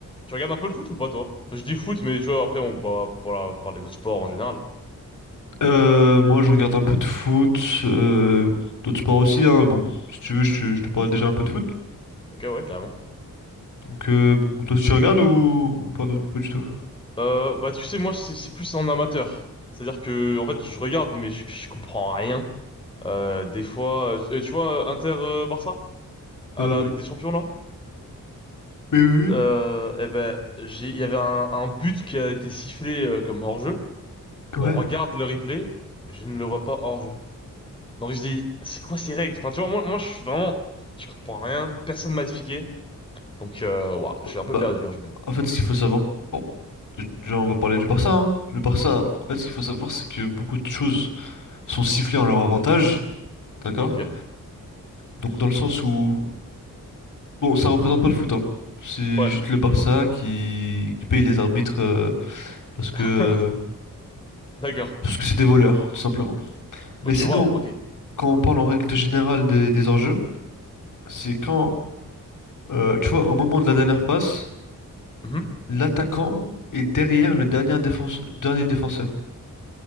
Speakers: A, on the left (about 15°); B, on the left (about 65°).
A: Tu regardes un peu le foot ou pas, toi? Enfin, je dis foot, mais tu vois, après, on va pour la- parler de sport en général.
B: Euh, moi, je regarde un peu de foot, euh, d'autres sports aussi, hein. Bon, si tu veux, je, te je te parle déjà un peu de foot.
A: Ok, ouais, carrément.
B: Donc, euh, bon, toi, tu regardes ou, ou pas, du pas du tout?
A: Euh, bah, tu sais, moi, c'est c'est plus en amateur. C'est-à-dire que, en fait, je regarde, mais je, je comprends rien. Euh, des fois, euh, tu vois, Inter-Barça, à
B: Euh,
A: la
B: oui.
A: Ligue des Champions, là?
B: Oui, oui,
A: Euh, eh ben, j'ai, il y avait un, un but qui a été sifflé euh, comme hors-jeu.
B: oui.
A: On
B: Ouais.
A: regarde le replay, je ne le vois pas hors-jeu. Donc, je dis, c'est quoi ces règles? Enfin, tu vois, moi, moi, je suis vraiment, je comprends rien, personne m'a expliqué. Donc, euh, ouah, je
B: Euh,
A: suis un
B: Bah,
A: peu perdu quand je regarde.
B: en fait, ce qu'il faut savoir, bon, d- déjà, on va parler du Barça, hein. Le Barça, en fait, ce qu'il faut savoir, c'est que beaucoup de choses sont sifflées en leur avantage, d'accord?
A: Ok.
B: Donc, dans le sens où, bon, ça représente pas le foot, hein. C'est
A: Ouais.
B: juste le Barça qui, qui paye les arbitres euh, parce que
A: <laughs>
B: euh,
A: D'accord.
B: parce que c'est des voleurs, tout simplement. Mais
A: Ok,
B: sinon,
A: waouh, ok.
B: quand on parle en règle générale des, des enjeux, c'est quand, euh, tu vois, au moment de la dernière passe,
A: Mhm.
B: l'attaquant est derrière le dernier, défense- dernier défenseur.